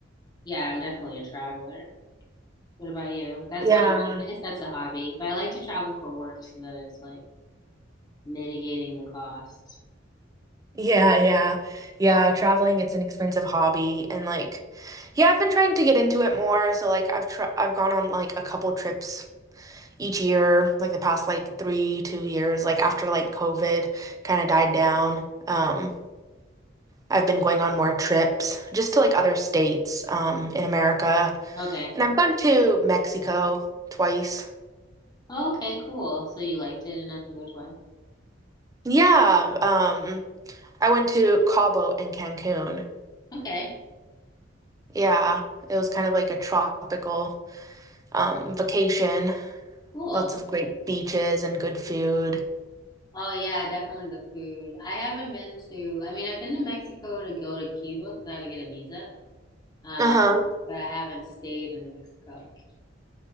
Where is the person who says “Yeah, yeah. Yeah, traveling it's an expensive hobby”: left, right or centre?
Right